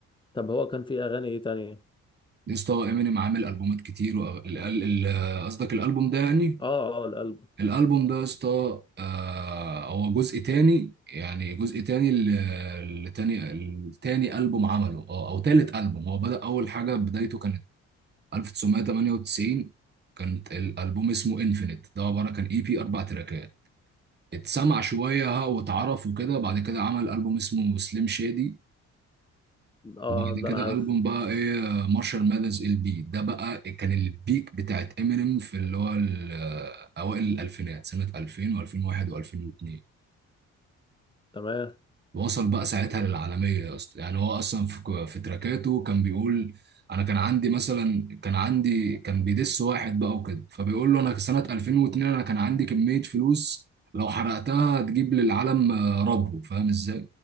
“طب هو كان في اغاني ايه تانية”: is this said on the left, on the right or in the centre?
Left